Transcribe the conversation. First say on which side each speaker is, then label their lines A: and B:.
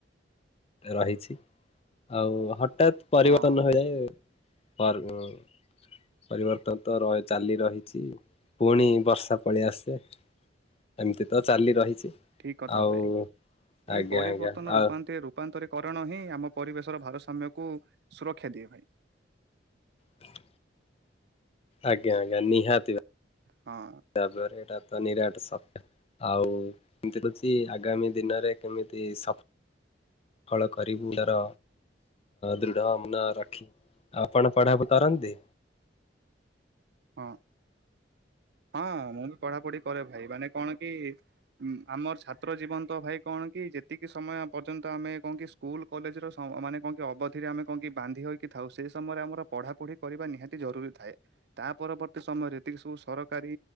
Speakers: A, on the left (about 35°); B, on the right (about 60°).
A: ରହିଛି ଆଉ ହଠାତ୍ ପରିବର୍ତ୍ତନ
B: ହଁ
A: ହୋଇଯାଏ ପରିବର୍ତ୍ତନତ ତ ଚାଲି ରହିଛି ପୁଣି ବର୍ଷା ପଳି ଆସିଲା ଏମତି ତ ଚାଲି ରହିଛି
B: ଠିକ କଥା
A: ଆଉ
B: ଭାଇ
A: ଆଜ୍ଞା
B: ଏଇ ପରିବର୍ତ୍ତନ
A: ଆଜ୍ଞା ଆଉ
B: ରୂପାନ୍ତରେ ରୂପାନ୍ତରୀକରଣ ହିଁ ଆମ ପରିବେଶର ଭାରସାମ୍ୟକୁ ସୁରକ୍ଷା ଦିଏ ଭାଇ
A: ପ <inaudible> ଆଜ୍ଞା ଆଜ୍ଞା ନିହାତି
B: ହଁ
A: ତାପରେ ଏଟା ତ ନିରାଟ ସଫ୍ ଆଉ ଏମତି କିଛି ଆଗାମୀ ଦିନରେ କେମିତି ସଫ ଫଳ କରିବୁ ଲାର ଦୃଢ ମାନ ରଖି ଆପଣ ପଢାପଢି କରନ୍ତି?
B: ହଁ ହଁ ମୁଁ ବି ପଢାପଢି କରେ ଭାଇ ମାନେ କଣ କି ଆମର ଛାତ୍ର ଜୀବନ ତ ଭାଇ କଣ କି ଯେତିକି ସମୟ ପର୍ଯ୍ୟନ୍ତ ଆମେ କଣ କି ସ୍କୁଲ କଲେଜର ମାନେ କଣ କି ଅବଧିରେ ଆମେ କଣ କି ବାନ୍ଧି ହୋଇ କି ଥାଉ ସେଇ ସମୟରେ ଆମର ପଢାପଢି କରିବା ନିହାତି ଜରୁରୀ ଥାଏ ତା ପରବର୍ତ୍ତୀ ସମୟରେ ଏତିକି ସବୁ ସର କାରୀ